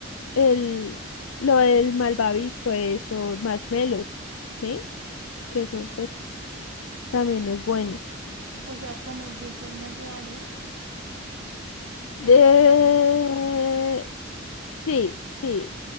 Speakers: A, on the left; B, on the right.
A: el, lo del malvavisco, eso, marshmallows, ¿sí? Que eso pues también es bueno.
B: O sea, comer dulces me ayudaría,
A: De...
B: el marmelo,
A: Sí, sí.